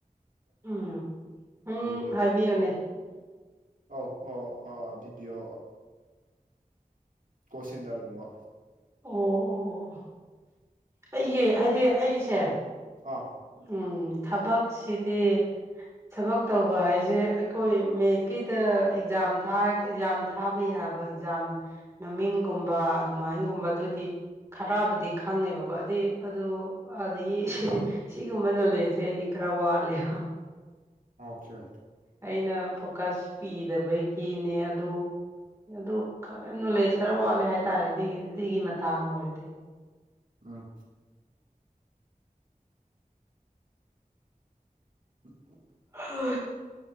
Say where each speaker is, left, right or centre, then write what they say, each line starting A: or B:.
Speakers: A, on the right (about 20°); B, on the right (about 65°).
A: ꯎꯝ ꯎꯝ
B: ꯄꯤ ꯑꯣ
A: ꯍꯥꯏꯕꯤꯌꯨꯅꯦ
B: ꯑꯧ ꯑꯥꯎ ꯑꯥ ꯕꯤ ꯄꯌ ꯀꯣ ꯁꯦꯟꯇꯔꯒꯨꯝꯕ
A: ꯑꯣ ꯑꯣ ꯑꯣ ꯑꯩꯒꯤ ꯍꯥꯏꯗꯤ ꯑꯩꯁꯦ
B: ꯑꯥ
A: ꯎꯝ ꯊꯕꯛꯁꯤꯗꯤ ꯊꯕꯛ ꯇꯧꯕ ꯍꯥꯏꯁꯦ ꯑꯩꯈꯣꯏ ꯃꯦꯠꯁꯀꯤꯗ ꯑꯦꯛꯖꯥꯝ ꯑꯦꯛꯖꯥ ꯊꯥꯕ ꯌꯥꯕ ꯑꯦꯛꯖꯥꯝ ꯃꯃꯤꯡꯒꯨꯝꯕ ꯑꯗꯨꯃꯥꯏꯅꯒꯨꯝꯕ ꯑꯗꯨꯗꯤ ꯈꯔꯕꯨꯗꯤ ꯈꯪꯉꯦꯕꯀꯣ ꯑꯗꯨꯗꯤ ꯑꯗꯨ ꯑꯗꯒꯤ ꯁꯤꯒꯨꯝꯕ ꯅꯣꯂꯦꯖꯁꯦ ꯑꯩꯗꯤ ꯈꯔ ꯋꯥꯠꯂꯦꯕ
B: ꯑꯣꯀꯦ
A: ꯑꯩꯅ ꯐꯣꯀꯁ ꯄꯤꯗꯕꯒꯤꯅꯦ ꯑꯗꯨ ꯑꯗꯨ ꯅꯣꯂꯦꯖ ꯈꯔ ꯋꯥꯠꯂꯦ ꯍꯥꯏꯇꯥꯔꯦ ꯑꯗꯨꯒꯤ ꯑꯗꯨꯒꯤ ꯃꯇꯥꯡ ꯑꯣꯏꯔꯗꯤ
B: ꯑꯥ ꯎꯝ
A: ꯍ